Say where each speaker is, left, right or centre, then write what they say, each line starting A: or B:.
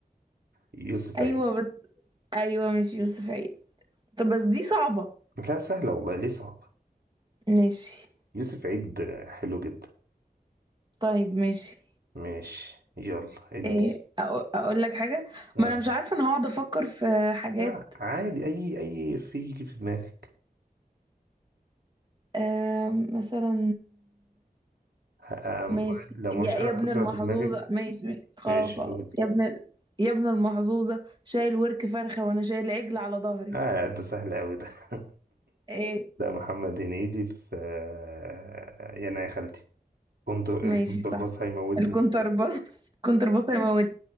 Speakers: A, on the right (about 80°); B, on the right (about 30°).
A: يوسف
B: أيوه
A: عيد
B: بس... أيوه ماشي يوسف عيد طب بس دي صعبة
A: لا سهلة والله ليه صعبة
B: ماشي
A: يوسف عيد آه، حلو جدا
B: طيب ماشي
A: ماشي يلا انتي
B: إيه أقو- اقول لك حاجه
A: اه
B: ما انا مش عارفه انا هقعد افكر في حاجات
A: لا عادي اي اي في في دماغك
B: آم، مثلا
A: آه،
B: ماشي
A: لو
B: يا,
A: ما فيش حاجة
B: يا
A: حاضرة
B: ابن المحظوظه
A: في دماغك
B: ماشي ماشي. خلاص
A: ماشي
B: خلاص
A: قول
B: يا ابن يا ابن المحظوظه شايل ورك فرخه وانا شايل عجل على ظهري
A: اه ده سهل أوي ده <laughs>
B: ايه
A: ده محمد هنيدي في آه، يانا يا خالتي كنت الكونترباس
B: ماشي صح
A: هيموتني
B: الكونترباس الكونترباس هيموت